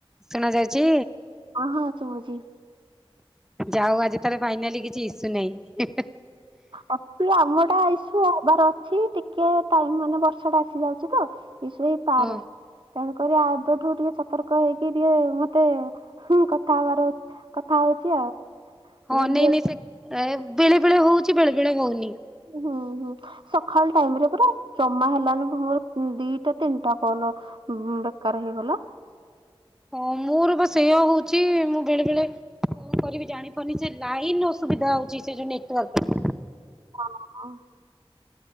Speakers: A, in the centre; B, on the right.
A: ଶୁଣା ଯାଉଛି?
B: ହଁ ହଁ ଶୁଭୁଛି।
A: ଯାହା ହେଉ ଆଜି ତାର ଫାଇନାଲି କିଛି ଇସୁ ନାହିଁ।
B: ଅଛି ଆମଟା ଇସୁ ହବାର ଅଛି ଟିକେ ଟାଇମ ମାନେ ବର୍ଷା ଟା ଆସି ଯାଉଛି ତ ହେଇପାରେ।
A: ହଁ
B: ତେଣୁକରି ଏବେଠୁ ଟିକେ ସତର୍କ ହେଇକି ଟିକେ ମତେ କଥା ହବାର ଅଛି। କଥା ହଉଛି ଆଉ।
A: ହଁ,
B: ଜଲଦି
A: ନାଇଁ ନାଇଁ ସେ ବେଳେ ବେଳେ ହଉଛି ବେଳେ ବେଳେ ହଉନି।
B: ହୁଁ ହୁଁ, ସକାଳ ଟାଇମ ରେ ପୁରା ଜମା ହେଲାନି ମୋର ଦିଟା ତିନିଟା କଲ ବେକାର ହେଇଗଲା।
A: ହଁ ମୋର ବା ସେୟା ହଉଛି ମୁଁ ବେଳେ ବେଳେ କଣ କରିବି ଜାଣିପାରୁନି ସେ ଲାଇନ ଅସୁବିଧା ହଉଛି ସେ ଯୋଉ ନେଟୱାର୍କର।
B: ହଁ।